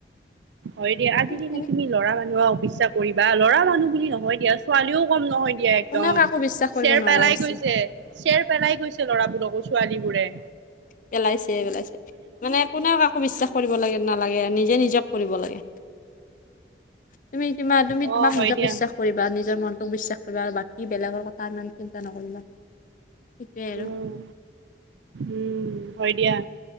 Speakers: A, on the right; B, on the left.
A: হয় দিয়া আজিকালি
B: কেনে
A: তুমি ল'ৰা মানুহ অফিচ ইচ্ছা কৰিবা ল'ৰা মানুহ বুলি নহয় দিয়া ছোৱালীও কম নহয়। দিয়া একদম
B: কোনেও কাকো বিশ্বাস কৰিব
A: চেৰ
B: নোৱাৰা
A: পেলাই
B: হৈছে
A: গৈছে চেৰ পেলাই গৈছে ল'ৰাবোৰকো ছোৱালী বোৰে।
B: পেলাইছে পেলাইছে মানে কোনেও কাকো বিশ্বাস কৰিব লাগে নালাগে নিজ। নি যে নিজক কৰিব লাগে। তুমি তোমাৰ তুমি
A: অ
B: তোমাক
A: হয়
B: নিজক
A: দিয়া
B: বিশ্বাস কৰিবা নিজৰ মনটোক বিশ্বাস কৰিবা আৰু বাকী বেলেগৰ কথা ইমান চিন্তা নকৰিবা সেটোৱেই আৰু।
A: উম উম হয় দিয়া